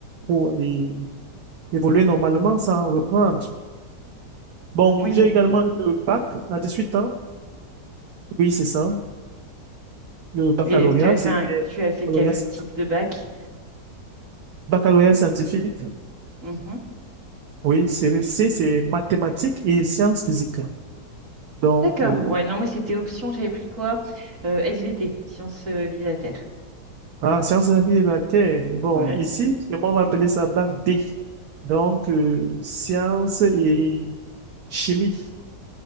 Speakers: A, on the right (about 60°); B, on the right (about 45°).
A: pour et évoluer normalement sans reprendre. Bon,
B: Oui,
A: j'ai également
B: oui.
A: eu le bac à 18 ans. Oui, c'est ça. Le baccalauréat,
B: Et et tu as fait
A: c'était
B: un- tu as fait
A: baccalauréat
B: quel euh,
A: scientifique.
B: type de bac?
A: Baccalauréat scientifique.
B: Mhm.
A: Oui, série C, c'est mathématiques et sciences physiques. Donc,
B: D'accord.
A: euh,
B: Ouais, non, moi c'était option, j'avais pris quoi? Euh, SVT, sciences euh, vie de la Terre.
A: ah, sciences de la vie et de la Terre. Bon,
B: Ouais.
A: ici, moi, on va appeler ça bac D. Donc, euh, sciences et chimie.